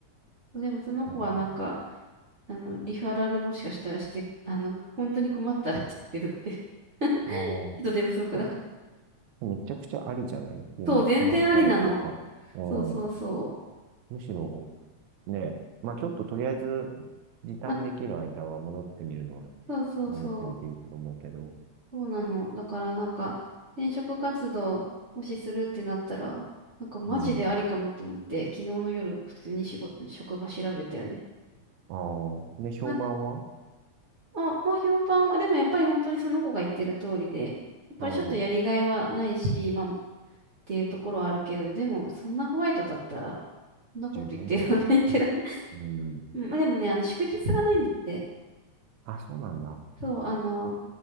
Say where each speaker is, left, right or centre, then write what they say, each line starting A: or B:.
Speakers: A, on the right (about 45°); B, on the right (about 70°).
A: でもその子はなんか、
B: そうなんだ。
A: あの、リファラルもしかしたらして、あの、本当に困ったらって言ってるって。<laughs>
B: ああ。
A: 人手不足だから。
B: でもめちゃくちゃありじゃない普通に困ったらというか、
A: そう、全然ありなの。
B: うん、
A: そうそうそ
B: むしろ、ね、まあちょっととりあえず時短できる間は戻ってみるのは、
A: う。あ、そうそうそう。
B: 戻ってみていいと思うけど、
A: そうなの。だからなんか、転職活動、もしするってなったら、なんかマジでありかもと思って、
B: うん。
A: 昨日の夜、普通に仕事、職場調べたよね。
B: ああ。で、評判は
A: ま、あ、まあ、評判は、でもやっぱり本当にその子が言ってる通りで、やっぱりちょっとやりがいはないし、
B: ああ、
A: まあ、っていうところはあるけど、でも、そんなホワイトだったら、そんなこと言ってらんない言ってらんない。
B: 十分だよ。
A: <laughs>
B: うん。
A: うんまあでもね、あの、祝日がないんだって。
B: あ、そうなんだ。
A: そう、あの、